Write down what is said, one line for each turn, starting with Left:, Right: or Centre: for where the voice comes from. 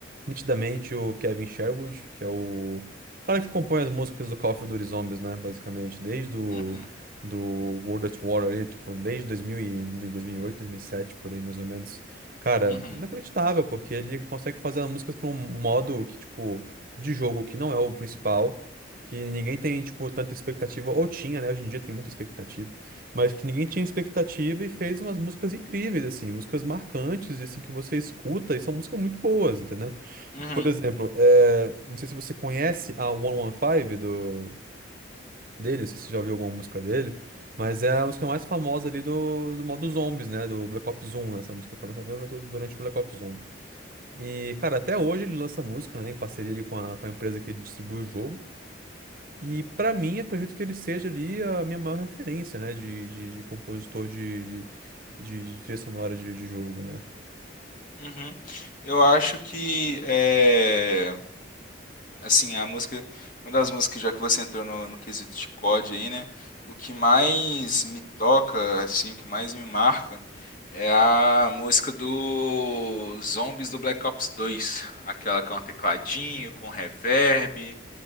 Right: nitidamente o Kevin Sherwood, que é o cara que compõe as músicas do Call of Duty Zombies, né? Basicamente, desde o
Left: Uhum,
Right: do World at War ali, tipo, desde 2000 e dois dois mil mil e oito dois mil e sete por aí mais ou menos. Cara,
Left: uhum,
Right: inacreditável, porque ele consegue fazer as músicas para um modo que, tipo, de jogo que não é o principal que ninguém tem, tipo, tanta expectativa, ou tinha, né? Hoje em dia tem muita expectativa, mas que ninguém tinha expectativa e fez umas músicas incríveis, assim, músicas marcantes, assim, que você escuta e são músicas muito boas, entendeu?
Left: uhum,
Right: Por exemplo, é, não sei se você conhece a 115 do, dele, não sei se você já ouviu alguma música dele, mas é a música mais famosa ali do, do modo Zombies, né? Do Black Ops 1, né? Essa música foi lançada durante durante o Black Ops 1. E, cara, até hoje ele lança música, né, em parceria ali com a, com a empresa que distribui o jogo. E pra mim, acredito que ele seja ali a minha maior referência, né, de, de, de compositor de, de, de, de trilha sonora de, de jogo, né?
Left: uhum. Eu acho que é, assim, a música, uma das músicas, já que você entrou no, no quesito de COD aí, né? O que mais me toca, assim, o que mais me marca é a música do Zombies do Black Ops dois aquela com tecladinho, com reverb.